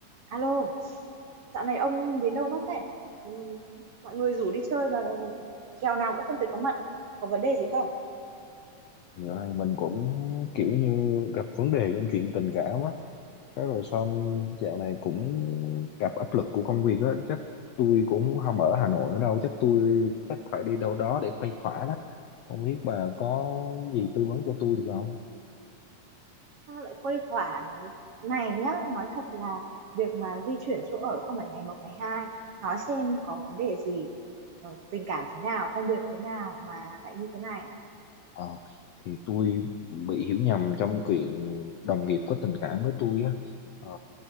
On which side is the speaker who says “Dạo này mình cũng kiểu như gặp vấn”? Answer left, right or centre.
Left